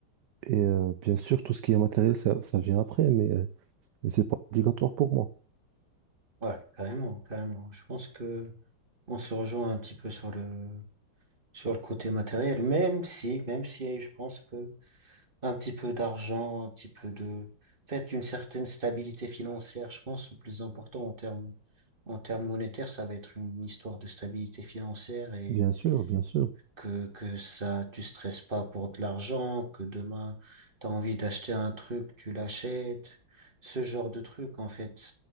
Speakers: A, on the right; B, on the right.
A: et euh, bien sûr tout ce qui est matériel, ça, ça vient après, mais, euh, mais c'est pas obligatoire pour moi.
B: ouais, carrément, carrément. Je pense que on se rejoint un petit peu sur le, sur le côté matériel, même si, même si je pense que un petit peu d'argent, un petit peu de... En fait, une certaine stabilité financière, je pense, le plus important en termes, en termes monétaires, ça va être une histoire de stabilité financière et
A: Bien sûr, bien sûr.
B: que, que ça, tu stresses pas pour de l'argent, que demain, tu as envie d'acheter un truc, tu l'achètes, ce genre de truc, en fait.